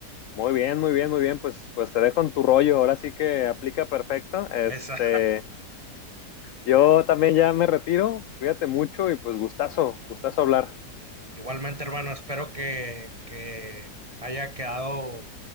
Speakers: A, on the left; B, on the right.
A: Muy bien, muy bien, muy bien. Pues, pues te dejo en tu rollo. Ahora sí que aplica perfecto. Este,
B: Esa.
A: yo también ya me retiro. Cuídate mucho y pues gustazo, gustazo hablar.
B: Igualmente, hermano, espero que, que haya quedado